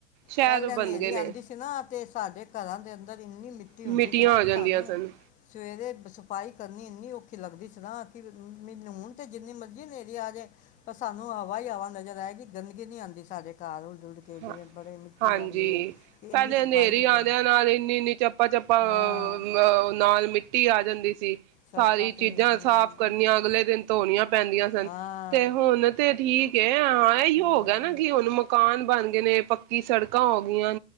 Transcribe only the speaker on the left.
ਪਹਿਲੇ ਹਨੇਰੀ
ਆਂਦੀ ਸੀ ਨਾ ਤੇ ਸਾਡੇ ਘਰਾਂ ਦੇ ਅੰਦਰ ਇੰਨੀ ਮਿੱਟੀ
ਹੁੰਦੀ ਸੀ ਨਾ
ਕਿ ਸਾਨੂੰ
ਸਵੇਰੇ ਸਫ਼ਾਈ ਕਰਨੀ ਇੰਨੀ ਔਖੀ ਲੱਗਦੀ ਸੀ ਨਾ ਕਿ ਮ ਲੂਣ ਤੇ ਜਿੰਨੀ ਮਰਜ਼ੀ ਹਨੇਰੀ ਆਜੇ ਪਰ ਸਾਨੂੰ ਹਵਾ ਹੀ ਹਵਾ ਨਜ਼ਰ ਆਏਗੀ ਗੰਦਗੀ ਨੀ ਆਂਦੀ ਸਾਡੇ ਘਰ ਉੱਡ ਕੇ
ਜਿਵੇਂ ਬੜੇ ਮਿੱਟੀ
ਆਂਦੀ ਹੈ ਕਿ
ਇੰਨੀ ਸਫਾਈ
ਹੋ ਗਈ
ਹੈ।
ਹਾਂ
ਸੜਕਾਂ
ਤੇ
ਹੂੰ
ਹਾਂ
ਹਾਂ,